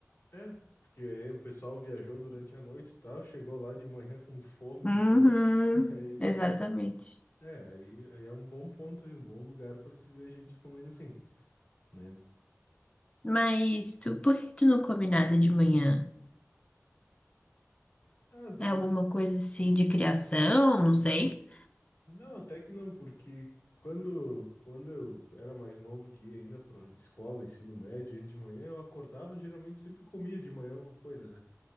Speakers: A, on the left (about 55°); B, on the left (about 25°).
A: É, porque aí o pessoal viajou durante a noite e tal, chegou lá de manhã com fome
B: Uhum,
A: do campo, <laughs> e aí,
B: exatamente.
A: é, aí, aí é um bom ponto aí, um bom lugar para se ver gente comendo assim, né?
B: Mas tu, por que tu não come nada de manhã?
A: Ah,
B: É
A: porque
B: alguma coisa assim de criação? Não sei.
A: não, até que não, porque quando quando eu era mais novo que ia ainda para escola, ensino médio, aí de manhã eu acordava, geralmente sempre comia de manhã alguma coisa, né?